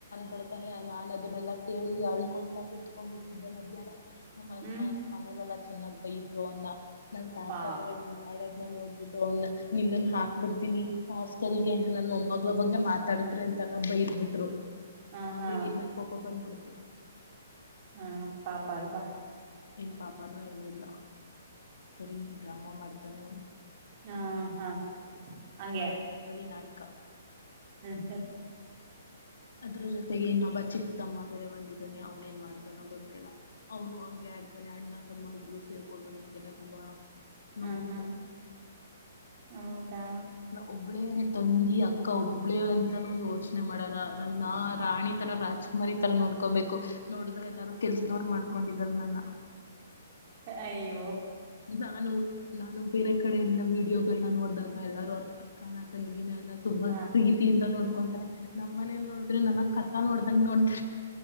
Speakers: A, on the left (about 90°); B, on the right (about 25°).
A: ಬಿಡ್ತಾನೆ ನಾನ ಅದನ್ನೆಲ್ಲಾ ಕೇಳಿ ಅಳ್ಕೊಂತ ಕುೂತ್ಕೊಂಡ್ಬಿಟ್ಟಿದ್ದೆ ಮಧ್ಯಾಹ್ನ ನಮ್ಮ
B: ಹ್ಮ್
A: ಮನಲೆಲ್ಲ ಚೆಾಗ್ ಇದ್ರು ಅನ್ನ ನಮ್ಮ್ ತಾತ
B: ಪಾ
A: ಬರ ನನ್ನ ಅಳ ನೋಡ್ಬಿಟ್ಟು ಅವನ ನಿನ್ನನ್ ಹಾಕ್ಬಿಡ್ತೀನಿ ಹಾಸ್ಟೆಲ್ಗೆ ನನ್ ಮೊಮ್ಮಳ ಬಗ್ಗೆ ಮಾತಾಡತ್ಿ ಅಂತಲ್ಲ ಬೈದಬಿಟ್ರು
B: ಹ
A: ಅವರಿಗೆಲ್ಲ
B: ಹಾ
A: ಕೋಪ ಬಂದ್ಬಿಡ್ತು
B: ಹ್ಮ ಪಾಪ ಅಲ್ವಾ
A: ನ್ ಪಾಪನೋ ಏನು ಇಿಲ್ಲ ಬರೀ ಡ್ರಾಮಾ ಮಾಡ್ತಾನೆ ಅವನು
B: ಹಾ ಹಾ ಹಂಗಗೆ
A: ಬರೀ ನಾಟಕ.
B: ಹ್ಮ
A: ಅದ್ರ ಜೊತೆಗೆ ಇನ್ನೊಬ ಚಿಕ್ಕ ತಮ್ಮ ಬೇರೆ ಬಂದಿದಾನೆ ಅವ್ನ ಏನ್ ಮಾಡ್ತಾನೋ ಗೊತ್ತಿಲ್ಲ ಅವನು ಹಂಗೆ ಆಡ್ತಾನೆ ಅಣ್ಣ ತಮ್ಮ ಇಬ್ರು ಸೇರ್ಕೊಂಡು ನನ್ಗೆಲ್ಲಾ ತುಂಬಾ ನೋವು
B: ಹಾ ಹಾ ಹೌದಾ
A: ಒಬ್ಬಳೇ ತಂಗಿ ಅಕ್ಕ ಒಬ್ಳೇ ಅಂತಾನೂ ಯೋಚನೆ ಮಾಡಾಗ ನಂದ ರಾಣಿ ತರ ರಾಜ್ಕುಮಾರಿ ತರ ನೋಡ್ಕೊಬೇಕು ನೋಡಿದ್ರೆ ಯದಾರು ಕೆಲ್ಸದವ್ ಮಾಡ್ಕ ಕೊಂಡಿದ್ದರು ನನ್ನ
B: ಅಯ
A: ನಾಲೋ ನಾನು ಬೇರೆ ಕಡೆ ಎಲ್ಲಾ ವೀಡಿಯೋಗಳನ್ನ ನೋಡ್ದಾಗ ಎಲ್ಲಾರೂ ಅವ್ರ ಅಕ್ಕನ ತಂಗಿನ ತುಂಬಾ
B: ಹ
A: ಪ್ರೀತಿಯಿಂದ ನೋಡ್ಕೊಂತಾರೆ ನಮ್ಮ್ ಮನೇಲಿ ನೋಡಿದ್ರೆ ನನಗ್ ಕಸ ನೋಡ್ದಂಗ ನೋಡ್ತ